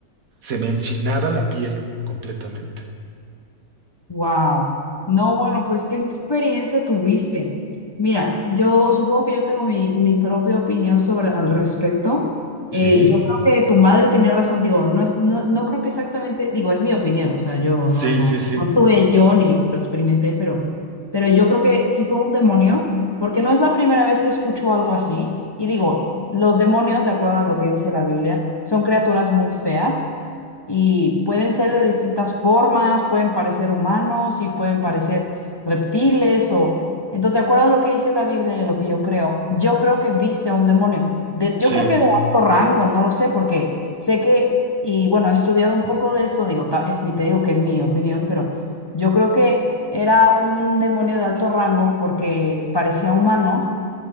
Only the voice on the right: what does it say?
Se me enchinaba la piel completamente.
Sí,
sí,
sí, sí,
sí,